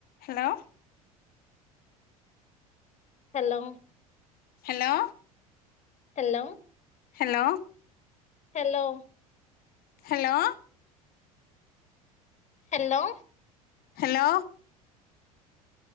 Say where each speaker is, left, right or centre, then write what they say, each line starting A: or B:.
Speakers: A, on the left (about 55°); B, on the left (about 40°).
A: hello
B: hello
A: hello
B: hello
A: hello
B: hello
A: hello
B: hello
A: hello